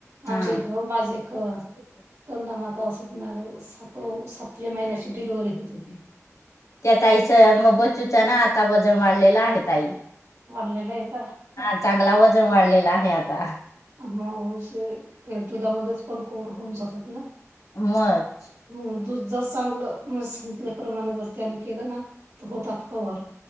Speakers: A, on the left; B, on the right.
A: हा
B: आमच्या इथे माझी एकंद
A: त्या
B: म अस ना सातव महिन्याची डिलवररी होत होती
A: त्या ताई च मग बच्चूचा ना आता वजन वाढलेलं आहे ताई.
B: वारलेलं आहे का
A: हा चांगला वजन वाढलेला आहे आता.
B: मगे ते दुधामध्येच पण कोर होऊन जातात ना.
A: मंच.
B: मग दूध जर चांगल्या सांगितल्याप्रमाणे जर त्यांनी केलं ना तर होतात कवर